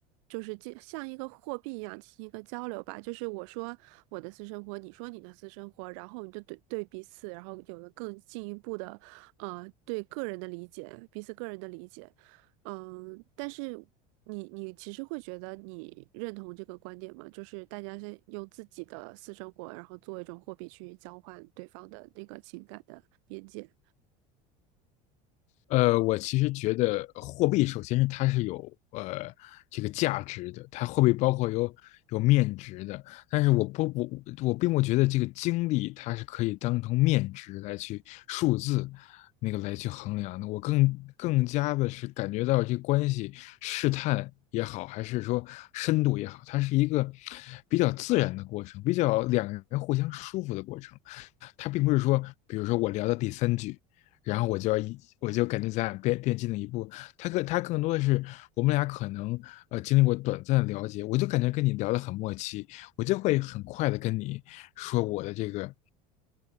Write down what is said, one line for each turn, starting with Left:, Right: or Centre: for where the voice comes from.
Right: 就是进像一个货币一样进行一个交流吧，就是我说我的私生活，你说你的私生活，然后你就对对彼此，然后有了更进一步的，呃，对个人的理解，彼此个人的理解。嗯，但是你你其实会觉得你认同这个观点吗？就是大家是用自己的私生活，然后作为一种货币去交换对方的那个情感的边界。
Left: 呃，我其实觉得货币首先是它是有呃这个价值的，它货币包括有有面值的，但是我不不我并不觉得这个经历它是可以当成面值来去数字那个来去衡量的，我更更加的是感觉到这个关系试探也好，还是说深度也好，它是一个比较自然的过程，比较两个人互相舒服的过程。它并不是说，比如说我聊到第三句，然后我就要一，我就感觉咱俩变变近了一步。他更他更多的是我们俩可能呃经历过短暂的了解，我就感觉跟你聊得很默契，我就会很快的跟你说我的这个